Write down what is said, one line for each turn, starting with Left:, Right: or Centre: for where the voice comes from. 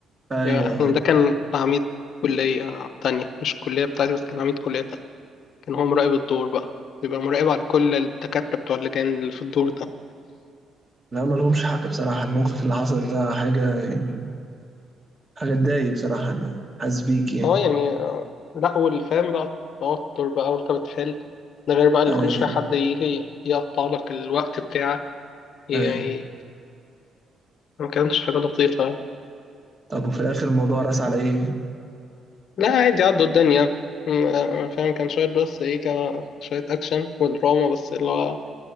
Right: ايوه
Left: يعني ده كان عميد كلية تانية مش الكلية بتاعتي بس كان عميد كلية تانية كان هو مراقب الدور بقى بيبقى مراقب على كل الدكاترة بتوع اللجان اللي في الدور ده
Right: لا ما لهمش حق بصراحة الموقف اللي حصل ده حاجة يعني حاجة تضايق بصراحة أنا حاسس بيك يعني
Left: اه يعني آه، لا والفهم بقى التوتر بقى وانت بتحل ده غير بقى اللي
Right: أيوة
Left: كل شوية حد يجي يقطع لك الوقت بتاعك يعني
Right: أيوة
Left: ما كانتش حاجة لطيفة
Right: طب وفي الآخر الموضوع رأس على إيه؟
Left: لا عادي عدوا الدنيا م- آه، آه، فاهم كان شوية بس ايه كان شوية أكشن ودراما بس اللي هو